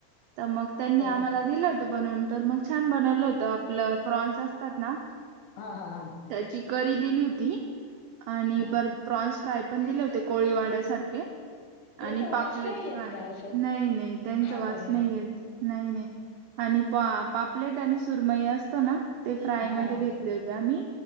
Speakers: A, on the right (about 85°); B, on the left (about 70°).
A: तर मग त्यांनी
B: हो.
A: आम्हाला दिलं होतं बनवून तर मग छान बनवलं होतं आपलं प्रॉन्स असतात ना.
B: हा हा हा.
A: त्याची करी दिली होती आणि
B: हम्म.
A: परत प्रॉन्स फ्राय पण दिले होते कोळी वाड्यासारखे
B: त्यांचा
A: आणि
B: वास
A: पापलेट
B: नाही येत
A: फ्राय
B: का असं
A: नाही नाही त्यांचा
B: खाताना
A: वास नाहीय. नाही नाही आणि पा पापलेट आणि सुरमई असतो ना. ते फ्राय
B: हा
A: मध्ये
B: हा
A: घेतले होते म्ही